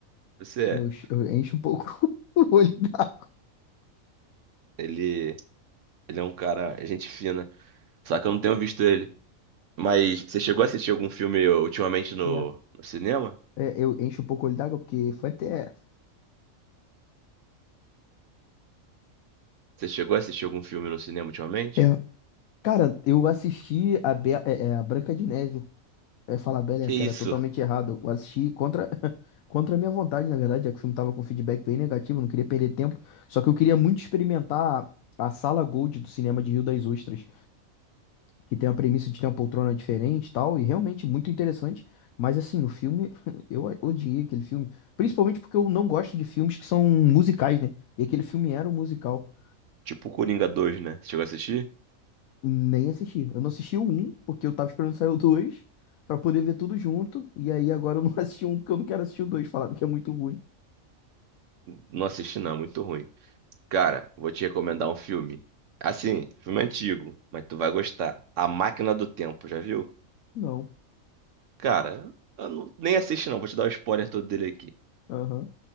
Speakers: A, on the right (about 70°); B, on the left (about 90°).
A: Você
B: meus,
A: é.
B: eu encho um pouco <laughs> o olho d'água.
A: Ele, ele é um cara, é gente fina. Só que eu não tenho visto ele. Mas você chegou a assistir algum filme ultimamente no,
B: É,
A: no cinema?
B: é, eu encho um pouco o olho d'água porque foi até
A: Você chegou a assistir algum filme no cinema ultimamente?
B: é, Cara, eu assisti a, Be é, é, a Branca de Neve. Eu ia falar Bela
A: Que
B: e a Fera,
A: isso?
B: totalmente errado. Eu assisti contra, <laughs> contra a minha vontade, na verdade, já que o filme tava com feedback bem negativo, eu não queria perder tempo. Só que eu queria muito experimentar a, a sala Gold do cinema de Rio das Ostras, que tem a premissa de ter uma poltrona diferente e tal, e realmente muito interessante. Mas assim, o filme, <laughs> eu odiei aquele filme. Principalmente porque eu não gosto de filmes que são musicais, né? E aquele filme era um musical.
A: Tipo Coringa dois, né? Você chegou a assistir?
B: Nem assisti. Eu não assisti o um porque eu tava esperando sair o 2 pra poder ver tudo junto. E aí agora eu não <laughs> assisti um porque eu não quero assistir o dois falaram que é muito ruim.
A: Não assisti, não, muito ruim. Cara, vou te recomendar um filme. Assim, filme antigo, mas tu vai gostar. A Máquina do Tempo, já viu?
B: Não.
A: Cara, eu não- nem assisti não, vou te dar o spoiler todo dele aqui.
B: Aham.